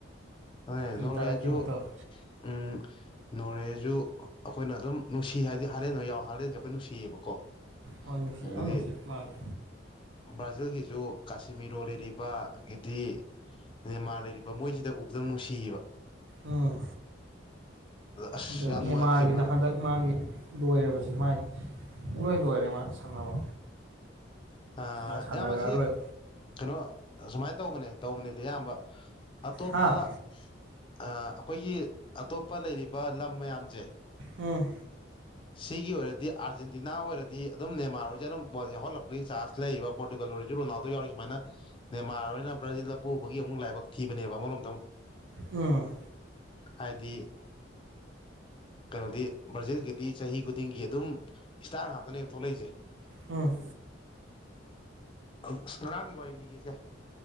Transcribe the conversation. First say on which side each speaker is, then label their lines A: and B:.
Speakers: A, on the left (about 25°); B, on the right (about 75°).
A: ꯍꫭꯏ
B: ꯄꯤ
A: ꯅꯣꫪꯋꯦꯁꯨ
B: ꯇꯥꯔꯛꯈꯤꯕ ꯇꯧꯋꯦ
A: ꯎꯝ ꯅꯣꫪꯋꯦꯖꯨ ꯑꯩꯈꯣꯏꯅ ꯑꯗꯨꯝ ꯅꯨꯡꯁꯤ ꯍꯥꯏꯗꯤ ꯍꯥꯂꯦꯟꯍꫭꯏ ꯌꯥꯎ ꯍꯥꯂꯦꯟꯁꯦ ꯑꯩꯈꯣꯏ ꯅꯨꯡꯁꯤꯌꯦꯕꯀꯣ
B: ꯍꫭꯏ ꯅꯨꯡꯁꯤ
A: ꯑꯗꯒꯤꯗꯤ
B: ꯌꯥꯝ ꯅꯨꯡꯁꯤ ꯃꯥꯗꯤ
A: ꯕ꯭ꯔꯥꯖꯤꯜꯒꯤꯁꯨ ꯀꯁꯤꯃꯤꯔꯣ ꯂꯩꯔꯤꯕ ꯑꯩꯒꯤꯗꯤ ꯅꯦꯃꯥꫪ ꯂꯩꯔꯤꯕ ꯃꯣꯏꯁꯤꯗ ꯎ ꯕꯗ ꯅꯨꯡꯁꯤꯌꯦꯕ
B: ꯎꯝ
A: ꯑꯁ
B: ꯑꯗ
A: ꯌꯥꯝ
B: ꯅꯦꯃꯥꫪꯒꯤꯅ
A: ꯅꯨꯡꯉꯥꯏꯔꯤꯁꯦ ꯉꯔꯥꯡ
B: ꯍꯟꯗꯛ ꯃꯥꯒꯤ ꯂꯣꯏꯔꯕꯁꯤ ꯃꯥꯏ ꯄꯨꯡ ꯂꯣꯏ ꯂꯣꯏꯔꯦ ꯃꯥ ꯁꯥꯟꯅꯕ
A: ꯑ
B: ꯃꯥ ꯁꯥꯟꯅꯔꯛꯑꯔꯣꯏ
A: ꯏꯌꯥꯝꯕꯁꯤ ꯀꯩꯅꯣ ꯁꯨꯃꯥꯏꯅ ꯇꯧꯕꯅꯦ ꯇꯧꯕꯅꯦꯗꯤ ꯑꯌꯥꯝꯕ ꯑꯇꯣꯞꯄ
B: ꯍꯥ
A: ꯑ ꯑꯩꯈꯣꯏꯒꯤ ꯑ ꯑꯇꯣꯞꯄ ꯂꯩꯔꯤꯕ ꯂꯝ ꯃꯌꯥꯝꯁꯦ
B: ꯎꯝ
A: ꯁꯤꯒꯤ ꯑꯣꯏꯔꯗꯤ ꯑꯥꯔꯖꯦꯟꯇꯤꯅꯥ ꯑꯣꯏꯔꯗꯤ ꯁꯤꯒꯤ ꯑꫭꯏꯔꯗꯤ ꯑꯥꫪꯖꯦꯟꯇꯤꯅ ꯑꫭꯏꯔꯗꯤ ꯑꯗꯨꯝ ꯅꯦꯃꯥꫪ ꯍꯣꯏꯁꯦ ꯑꯗꯨꯝ ꯕꫭꯜ ꯌꯥꯎꯍꯜꯂꯛꯄꯒꯤ ꯆꯥꯟꯁ ꯂꯩꯌꯦꯕ ꯄꯣꫪꯇꯨꯒꯜ ꯑꯣꯏꯔꯁꯨ ꯔꯣꯅꯥꯜꯗꯣ ꯌꯥꯎꯔꯤ ꯁꯨꯥꯏꯅ ꯅꯦꯃꯥꫪꯍꫭꯏꯅ ꯕ꯭ꯔꯥꯖꯤꯜꯗ ꯄꫭꯛꯎꯕꯒꯤ ꯑꯃꯨꯛ ꯂꯥꯏꯕꯛ ꯊꯤꯕꯅꯦꯕ ꯑꯃꯔꯣꯝꯗ ꯑꯃꯨꯛ
B: ꯎꯝ
A: ꯍꯥꯏꯗꯤ ꯀꯩꯅꯣꯗꯤ ꯕ꯭ꯔꯥꯖꯤꯜꯒꯤꯗꯤ ꯆꯍꯤ ꯈꯨꯗꯤꯡꯒꯤ ꯑꯗꯨꯝ ꯏꯁꯇꯥꫪ ꯉꯥꯛꯇꯅꯦꯕ ꯊꯣꯛꯂꯛꯏꯁꯦ
B: ꯎꯝ
A: ꯑꯁ ꯉꯔꯥꯡꯒꯤ ꯋꯥꯔꯤ ꯂꯤꯒꯦꯁꯦ